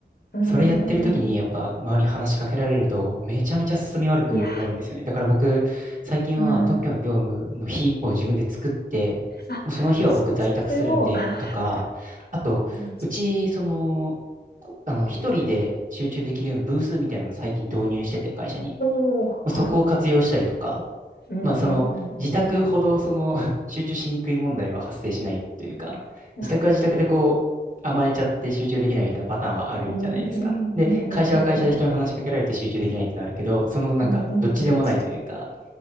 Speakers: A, on the left; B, on the right.
A: うんうんうんうんう
B: それやってる時にやっぱ周りに話しかけられるとめちゃめちゃ進み悪くなるんですよね。
A: ん。いや、
B: だから僕、最近は特許の業務の日を自分で作って、
A: うん。あ、
B: もうその日は僕在宅するんでとか、
A: そそれを、ああ、
B: あと、
A: うん、
B: うち、その、こあの、一人で集中できるようなブースみたいなの最近導入してて、会社に。
A: おお、
B: まあそこを活用したりとか、
A: はい。うんうんうんうん
B: まあ、その、自宅ほど、その <laughs>、集中しにくい問題は発生しないというか、
A: うん。
B: 自宅は自宅でこう、
A: なるほど。
B: 甘えちゃって集中できないみたいなパターンはあるじゃないですか。
A: うんうんうんうんうんうんうん。
B: で、会社は会社で人に話しかけられて集中できないってのはあるけど、そのなんか、
A: うんうんうん。
B: どっちでもないというか、